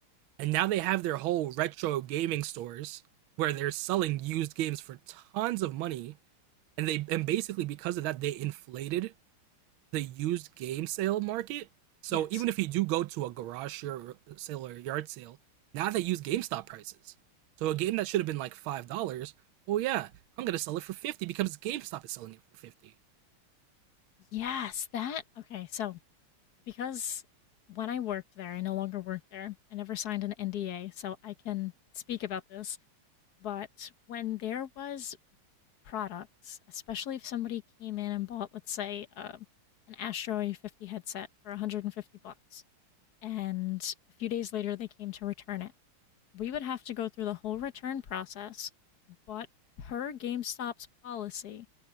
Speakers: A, on the right; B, on the left.
A: and now they have their whole retro gaming stores where they're selling used games for tons of money, and they and basically because of that they inflated the used game sale market. So
B: Yes.
A: even if you do go to a garage sale or, a yard sale, now they use GameStop prices. So a game that should have been like five dollars, oh yeah, I'm gonna sell it for fifty because GameStop is selling it for fifty.
B: Yes, that okay, so because when I worked there, I no longer work there. I never signed an NDA, so I can speak about this. But when there was products, especially if somebody came in and bought, let's say, um, an Astro A50 headset for 150 bucks, and a few days later they came to return it, we would have to go through the whole return process. But per GameStop's policy,